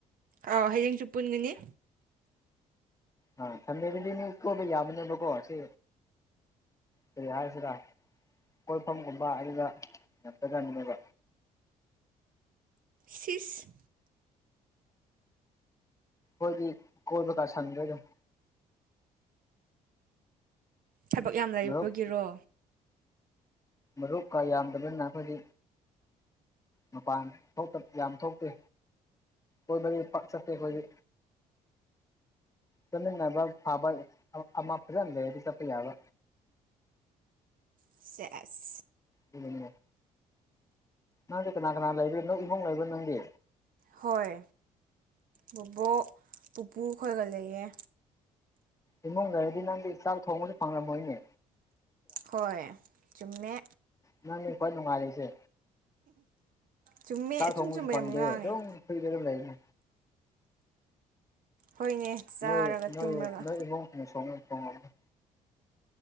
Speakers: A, on the right; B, on the left.
A: ꯑ ꯍꯌꯦꯡꯁꯨ ꯄꯨꯟꯒꯅꯤ
B: ꯑ ꯊꯟꯕꯤꯗꯗꯤ ꯃꯤ ꯀꯣꯏꯕ ꯌꯥꯕꯅꯦꯕꯀꯣ ꯁꯤ ꯀꯔꯤ ꯍꯥꯏꯁꯤꯔ ꯀꯣꯏꯐꯝꯒꯨꯝꯕ ꯑꯗꯨꯗ ꯉꯇ ꯉꯅꯦꯕ
A: ꯁꯤꯁ
B: ꯑꯩꯏꯗꯤ ꯀꯣꯏ ꯄꯀꯁꯥꯅꯤ ꯀꯒ
A: ꯊꯕꯛ ꯌꯥꯝ ꯂꯩꯕꯒꯤꯔꯣ
B: ꯃꯔꯨꯞ ꯃꯔꯨꯞꯀꯥ ꯌꯥꯝꯗꯕꯅꯤꯅ ꯑꯩꯈꯣꯏꯗꯤ ꯃꯄꯥꯟ ꯊꯣꯛꯇ ꯌꯥꯝ ꯊꯣꯛꯇꯦ ꯍꯕꯗꯤ ꯆꯠꯇꯦꯗꯤ ꯆꯠꯃꯤꯟꯅꯕ ꯐꯥꯕ ꯑꯃ ꯐꯖꯅ ꯂꯩꯔꯗꯤ ꯆꯠꯄ ꯌꯥꯕ
A: ꯁꯦꯁ
B: ꯎꯝ ꯅꯪꯗꯤ ꯀꯅꯥ ꯀꯅꯥ ꯂꯩꯕꯦ ꯅꯪ ꯏꯃꯨꯡ ꯂꯩꯕ ꯅꯪꯗꯤ
A: ꯍꯣꯏ ꯕꯕꯣꯛ ꯄꯨꯄꯨ ꯈꯣꯏꯒ ꯂꯩꯌꯦ
B: ꯏꯃꯨꯡꯗꯔꯗꯤ ꯅꯪꯗꯤ ꯆꯥꯛ ꯊꯣꯡꯕꯁꯨ ꯐꯪꯉꯝꯃꯣꯏꯅꯦ
A: ꯍꯣꯏ ꯆꯨꯝꯃꯦ
B: ꯅꯪꯅꯦ ꯈ꯭ꯋꯥ ꯅꯨꯡꯉꯥꯏꯔꯤꯁꯦ
A: ꯆꯨꯝꯃꯦ
B: ꯇꯥ
A: ꯑꯆꯨꯝ
B: ꯇꯣꯡꯉꯁꯨ
A: ꯆꯨꯝꯕ
B: ꯐꯉꯗꯦ
A: ꯌꯥꯝ ꯉꯥꯡꯉꯦ
B: ꯐ ꯂꯩꯔꯗꯗꯤ ꯂꯩꯅꯤ
A: ꯍꯣꯏꯅꯦ ꯆꯥꯔꯒ
B: ꯅꯣꯏ ꯅꯣꯏ
A: ꯇꯨꯝꯔꯒ
B: ꯅꯣꯏ ꯏꯃꯨꯡ ꯁꯣꯡꯉ ꯊꯣꯡꯉꯝꯅꯤ